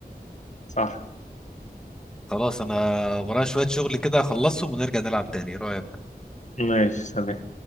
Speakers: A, on the left; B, in the centre.
A: صح
B: خلاص أنا ورايا شوية شغل كده أخلصهم ونرجع نلعب تاني إيه رأيك
A: ماشي سلام